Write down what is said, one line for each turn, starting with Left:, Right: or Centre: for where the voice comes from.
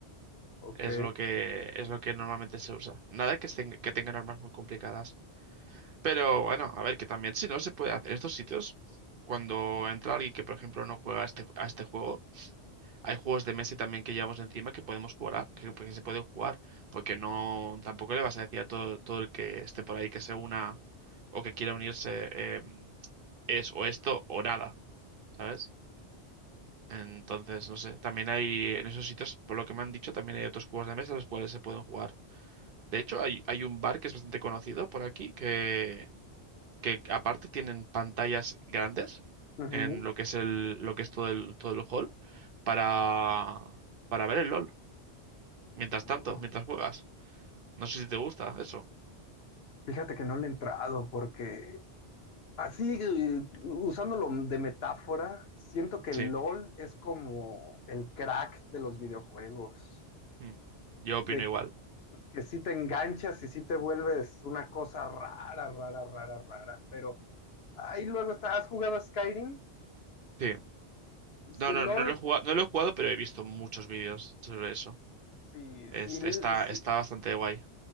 Left: Ok.
Right: Es lo que, es lo que normalmente se usa. Nada que, estén- que tengan armas muy complicadas. Pero bueno, a ver, que también si no se puede hacer en estos sitios, cuando entra alguien que, por ejemplo, no juega a este, a este juego, Hay juegos de mesa también que llevamos encima que podemos jugar, que, pues, que se pueden jugar, porque no, tampoco le vas a decir a todo, todo el que esté por ahí que se una o que quiera unirse, em, es o esto o nada, ¿sabes? Entonces, no sé, también hay en esos sitios, por lo que me han dicho, también hay otros juegos de mesa los cuales se pueden jugar. De hecho, hay, hay un bar que es bastante conocido por aquí, que, que aparte tienen pantallas grandes
Left: Ujú.
Right: en lo que es el, lo que es todo el, todo el hall para, para ver el LOL. Mientras
Left: Oh.
Right: tanto, mientras juegas. No sé si te gusta eso.
Left: Fíjate que no le he entrado porque así, eh, usándolo de metáfora, siento que
Right: Sí.
Left: LOL es como el crack de los videojuegos,
Right: Mm. Yo opino
Left: de
Right: igual.
Left: que sí te enganchas y sí te vuelves una cosa rara, rara, rara, rara, pero ahí luego está, ¿has jugado a Skyrim?
Right: Sí.
Left: Si
Right: No, no,
Left: LOL,
Right: no lo he jugado, no lo he jugado, pero he visto muchos vídeos sobre eso.
Left: si,
Right: Es-
Left: si,
Right: está,
Left: si,
Right: está bastante guay.